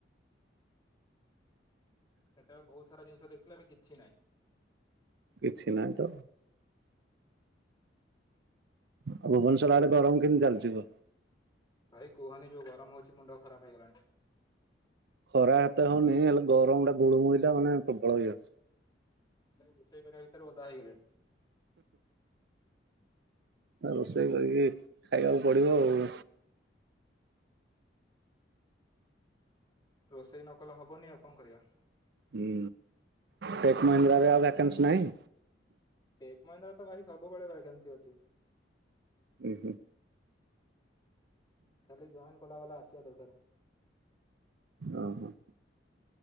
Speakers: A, on the left (about 20°); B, on the right (about 65°).
A: ସେତେବେଳେ ବହୁତ ସାରା ଜିନିଷ ଦେଖିଥିଲେ ଏବେ କିଛି ନାହିଁ।
B: କିଛି ନାହିଁ ତ। ଆଉ ଭୁବନେଶ୍ୱର ଆରେ ଗରମ କେମିତି ଚାଲିଛିିବ?
A: ଭାଇ କୁହନି ଯୋଉ ଗରମ ହଉଛି ମୁଣ୍ଡ ଖରାପ ହେଇଗଲାଣି।
B: ଖରା ଏତେ ହଉନି ହେଲେ ଗରମ ଟା ଗୁଳୁଟା ମାନେ ପ୍ରବଳ ହେଇଯାଉ
A: ରୋଷେଇ କରିବା ଭିତରେ ଓଦା ହେଇଗଲିଣି।
B: ରୋଷେଇ କରିକି ଖାଇବାକୁ ପଡିବ ଆଉ।
A: ରୋଷେଇ ନକଲେ ହବନି ଆଉ କଣ କରିବା।
B: ହୁଁ ଟେକ୍ ମହିନ୍ଦ୍ରା ରେ ଆଉ ଭ୍ୟାକାନ୍ସି ନାହିଁ।
A: ଟେକ୍ ମହିନ୍ଦ୍ରା ତ ଭାଇ ସବୁବେଳେ ଭକେନ୍ସି ଅଛି।
B: ହୁଁ ହୁଁ।
A: ଖାଲି ଜଏନ୍ କଲା ବାଲା ଆସିବା ଦରକାର।
B: ଅ ହ।